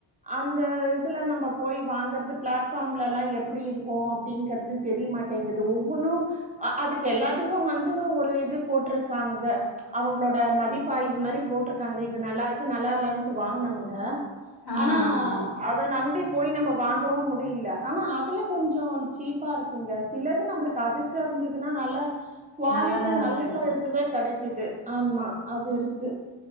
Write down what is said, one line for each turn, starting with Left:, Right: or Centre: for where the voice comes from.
Right: அந்த இதுல நம்ப போய் வாங்கற்து பிளாட்ஃபார்ம்லல்லாம் எப்புடி இருக்கு அப்டிங்கற்து தெரிய்மாட்டேங்குது ஒவ்வொன்னு அதுக்கு எல்லாத்துக்கு வந்து ஒரு இது போட்ருக்காங்க அவங்ளோட மதிப்பாய்வு மரி போட்ருக்காங்க இது நல்லாருக்கு நல்லாலன்ட்டு வாங்னவங்க
Left: ஆ
Right: ஆனா
Left: ஆ ஆ
Right: அத நம்பி போய் நம்ப வாங்கவு முடியில ஆனா அதுல கொஞ்சொ சீப்பா இருக்குங்க சிலது நம்ளுக்கு அதிர்ஷ்டொ இருந்துதுன்னா நல்ல குவாலிட்டியா
Left: நல்லதாவே
Right: நல்ல
Left: கெடைக்கு
Right: இதுவே கடக் கிது ஆமா அது இருக்கு